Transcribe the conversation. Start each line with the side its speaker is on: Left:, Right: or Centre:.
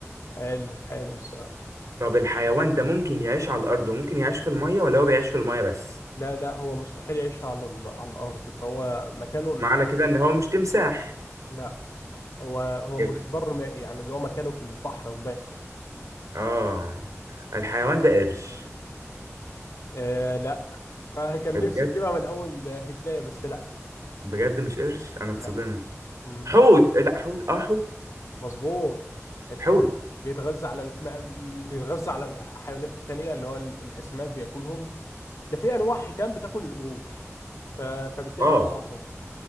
Left: حلو حلو السؤال
Right: طب الحيوان ده ممكن يعيش على الأرض وممكن يعيش في المية ولا هو بيعيش في المية بس
Left: لا لا هو مستحيل يعيش على ال- على الأرض فهو مكانه
Right: معنى كده ان هو مش تمساح
Left: لا هو هو
Right: يب-
Left: مش بر مائي يعني اللي هو مكانه في البحر وبس
Right: اه الحيوان ده قرش
Left: آه لا فكان
Right: بجد
Left: نفسي تجيبها من اول هتاية بس لا
Right: بجد مش قرش انا اتصدمت
Left: لا مم.
Right: حوت لا حوت اه حوت
Left: مظبوط الحوت
Right: حوت
Left: بيتغذى على ال... ما- م- بيتغذى على الحيوانات التانية اللي هو ال- الاسماك بياكلهم ده في انواع حيتان بتاكل القروش ف... فبالتالي
Right: اه
Left: هو اهرم